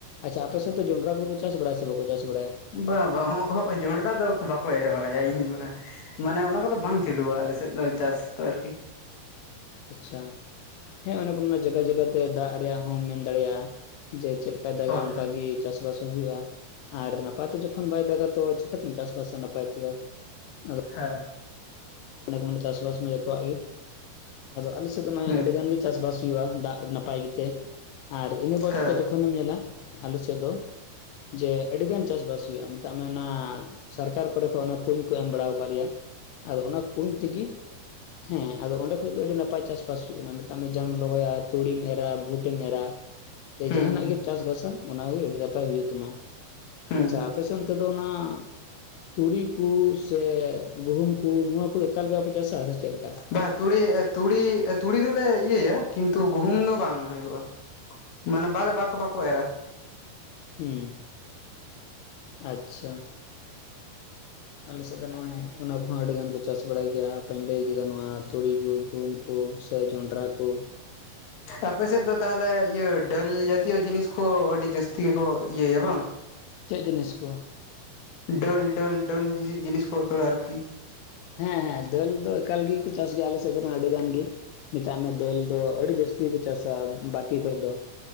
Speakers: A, on the left (about 80°); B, on the left (about 65°).
A: ᱟᱪᱪᱷᱟ ᱟᱯᱮ ᱥᱮᱫ ᱫᱚ ᱡᱚᱱᱰᱨᱟ ᱠᱚᱫᱚ ᱠᱚ ᱪᱟᱥ ᱵᱟᱲᱟᱭᱟ ᱥᱮ ᱵᱟᱠᱚ ᱪᱟᱥ ᱵᱟᱲᱟᱭᱟ?
B: ᱵᱟ ᱵᱟ ᱚᱸᱦᱚᱸᱜ ᱡᱚᱱᱰᱨᱟ ᱫᱚ ᱚᱠᱚ ᱵᱟᱠᱚ ᱮᱨ ᱵᱟᱲᱟᱭᱟ ᱤᱧ ᱵᱚᱨᱟ ᱢᱟᱱᱮ ᱚᱱᱟ ᱠᱚᱫᱚ ᱵᱟᱝ ᱪᱟᱹᱞᱩᱣᱟ ᱟᱞᱮ ᱥᱮᱫ ᱫᱚ ᱪᱟᱥ ᱫᱚ ᱟᱨᱠᱤ᱾
A: ᱟᱪᱪᱷᱟ, ᱦᱮᱸ ᱚᱱᱮ ᱠᱚ ᱢᱮᱱᱟ ᱡᱟᱜᱟ ᱡᱟᱜᱟ ᱛᱮ ᱫᱟᱜ ᱨᱮᱭᱟᱜ ᱦᱚᱸᱢ ᱢᱮᱱ ᱫᱟᱲᱮᱭᱟᱜᱼᱟ᱾ ᱡᱮ ᱪᱮᱫ ᱞᱮᱠᱟᱭ ᱫᱟᱜᱟ
B: ᱦᱳᱭ
A: ᱚᱱᱠᱟᱜᱤ
B: ᱦᱳᱭ
A: ᱪᱟᱥᱵᱟᱥ ᱦᱚᱸ ᱦᱩᱭᱩᱜᱼᱟ ᱟᱨ ᱱᱟᱯᱟᱭᱛᱮ ᱡᱚᱠᱷᱚᱱ ᱵᱟᱭ ᱫᱟᱜᱟ ᱛᱚ ᱪᱤᱠᱟᱹᱛᱮᱢ ᱪᱟᱥᱵᱟᱥᱟ ᱱᱟᱯᱟᱭ ᱛᱮᱫᱚ? ᱟᱫᱚ
B: ᱦᱮᱸ᱾
A: ᱚᱱᱮ ᱠᱚ ᱢᱮᱱ ᱪᱟᱥᱵᱟᱥ ᱢᱟ ᱡᱚᱛᱚᱣᱟᱜ ᱜᱮ ᱟᱫᱚ ᱟᱞᱮᱥᱮᱫ ᱫᱚ ᱱᱚᱜᱼᱚᱭ
B: ᱦᱮᱸ
A: ᱟᱹᱰᱤ ᱜᱟᱱ ᱜᱮ ᱪᱟᱥᱵᱟᱥ ᱦᱩᱭᱩᱜᱼᱟ ᱫᱟᱜ ᱱᱟᱯᱟᱭ ᱜᱮᱛᱮ ᱟᱨ ᱤᱱᱟᱹ ᱵᱟᱫ
B: ᱦᱮᱸ
A: ᱠᱟᱛᱮᱫ ᱡᱚᱠᱷᱚᱱᱮᱢ ᱧᱮᱞᱟ ᱟᱞᱮ ᱥᱮᱫ ᱫᱚ ᱡᱮ ᱟᱹᱰᱤᱜᱟᱱ ᱪᱟᱥᱵᱟᱥ ᱦᱩᱭᱩᱜᱼᱟ ᱢᱮᱛᱟᱜ ᱢᱮ ᱚᱱᱟ ᱥᱟᱨᱠᱟᱨ ᱠᱚᱨᱮ ᱠᱷᱚᱡ ᱚᱱᱟ ᱠᱩᱧ ᱠᱚ ᱮᱢ ᱵᱟᱲᱟᱣ ᱟᱠᱟᱜ ᱞᱮᱭᱟ ᱟᱫᱚ ᱚᱱᱟ ᱠᱩᱧ ᱛᱤᱜᱤ ᱦᱮᱸ ᱟᱫᱚ ᱚᱸᱰᱮ ᱠᱷᱚᱡ ᱜᱮ ᱟᱹᱰᱤ ᱱᱟᱯᱟᱭ ᱪᱟᱥᱵᱟᱥ ᱦᱩᱭᱩᱜ ᱠᱟᱱᱟ ᱢᱮᱛᱟᱜ ᱢᱮ ᱡᱟᱢ ᱨᱚᱦᱚᱭᱟ ᱛᱩᱲᱤᱢ ᱮᱨᱟ ᱵᱷᱩᱴᱮᱢ ᱮᱨᱟ᱾ ᱥᱮ
B: ᱦᱩᱸ
A: ᱡᱟᱦᱟᱸᱱᱟᱜ
B: ᱦᱩᱸ
A: ᱜᱮᱢ ᱪᱟᱥᱵᱟᱥᱟ ᱚᱱᱟᱜᱮ ᱟᱹᱰᱤ ᱱᱟᱯᱟᱭ ᱦᱩᱭᱩᱜ ᱛᱟᱢᱟ
B: ᱦᱩᱸ
A: ᱟᱪᱪᱷᱟ ᱟᱯᱮᱥᱮᱫ ᱚᱱᱛᱮ ᱫᱚ ᱚᱱᱟ ᱛᱩᱲᱤ ᱠᱩ ᱥᱮ ᱜᱩᱦᱩᱢ ᱠᱩ ᱱᱚᱣᱟ ᱠᱩᱫᱚ ᱮᱠᱟᱞ ᱜᱮ ᱵᱟᱯᱮ ᱪᱟᱥᱟ ᱥᱮ ᱪᱮᱫᱞᱮᱠᱟ?
B: ᱵᱟ ᱛᱩᱲᱤ ᱛᱩᱲᱤ ᱛᱩᱲᱤ ᱫᱚᱞᱮ ᱤᱭᱟᱹᱭᱟ ᱠᱤᱱᱛᱩ ᱜᱩᱦᱩᱢ ᱫᱚ ᱵᱟᱝ ᱦᱩᱭᱩᱜᱼᱟ᱾ ᱢᱟᱱᱮ ᱵᱟᱞᱮ ᱵᱟᱠᱚ ᱵᱟᱠᱚ ᱮᱨᱟ᱾
A: ᱦᱩᱸ, ᱟᱪᱪᱷᱟ᱾ ᱟᱞᱮ ᱥᱮᱫ ᱫᱚ ᱱᱚᱜᱼᱚᱭ ᱚᱱᱟ ᱠᱚᱦᱚᱸ ᱟᱹᱰᱤ ᱜᱟᱱ ᱠᱚ ᱪᱟᱥ ᱵᱟᱲᱟᱭ ᱜᱮᱭᱟ ᱦᱟᱸᱜ ᱚᱠᱟᱧ ᱞᱟᱹᱭ ᱠᱮᱫᱟ ᱱᱚᱣᱟ ᱛᱩᱲᱤ ᱠᱩ ᱜᱩᱦᱩᱢ ᱠᱩ ᱥᱮ ᱡᱚᱱᱰᱨᱟ ᱠᱩ
B: ᱟᱯᱮ ᱥᱮᱫ ᱫᱚ ᱛᱟᱦᱚᱞᱮ ᱤᱭᱟᱹ ᱰᱟᱹᱞᱭᱟᱹᱠ ᱛᱤᱭᱳ ᱡᱤᱱᱤᱥ ᱠᱷᱳ ᱟᱹᱰᱤ ᱡᱟᱹᱥᱛᱤ ᱜᱮᱠᱚ ᱤᱭᱟᱹᱭᱟ ᱵᱟᱝ?
A: ᱪᱮᱫ ᱡᱤᱱᱤᱥ ᱠᱚ
B: ᱰᱟᱹᱞ ᱰᱟᱹᱞ ᱰᱟᱹᱞ ᱡᱤᱥᱤ ᱡᱤᱱᱤᱥ ᱠᱚ ᱚᱠᱚᱣᱟ ᱟᱨᱠᱤ᱾
A: ᱦᱮᱸ ᱦᱮᱸ ᱫᱟᱹᱞ ᱫᱚ ᱮᱠᱟᱞ ᱜᱤᱠᱩ ᱪᱟᱥ ᱜᱮᱭᱟ ᱟᱞᱮ ᱥᱮᱫ ᱠᱷᱚᱱᱟᱜ ᱟᱹᱰᱤ ᱜᱟᱱ ᱜᱤ᱾ ᱢᱮᱛᱟᱜ ᱢᱮ ᱫᱟᱹᱞ ᱫᱚ ᱟᱹᱰᱤ ᱡᱟᱹᱥᱛᱤ ᱠᱚ ᱪᱟᱥᱟ ᱵᱟᱠᱤ ᱠᱷᱚᱡ ᱫᱚ᱾